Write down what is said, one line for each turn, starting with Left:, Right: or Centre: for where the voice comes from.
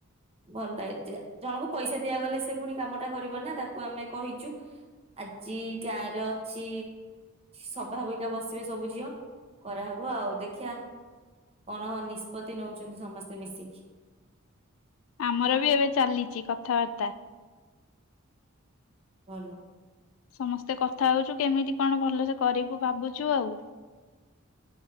Right: ଭଲ ଲାଗେ ଯେ ଜଣକୁ ପଇସା ଦିଆଗଲେ ସେ ପୁଣି କାମଟା କରିବ ନା ତାକୁ ଆମେ କହିଛୁ ଆଜି ଗାଁ ରେ ଅଛି ସଭାବିକା ବସିବେ ସବୁ ଝିଅ କରାହବ ଆଉ ଦେଖିବା କଣ ନିଷ୍ପତ୍ତି ନଉଛନ୍ତି ସମସ୍ତେ ମିଶିକି।
Left: ଆମର ବି ଏବେ ଚାଲିଛି କଥାବାର୍ତ୍ତା।
Right: ଭଲ।
Left: ସମସ୍ତେ କଥା ହୋଉଛୁ କେମିତି କଣ ଭଲସେ କରିବୁ ଭାବୁଛୁ ଆଉ।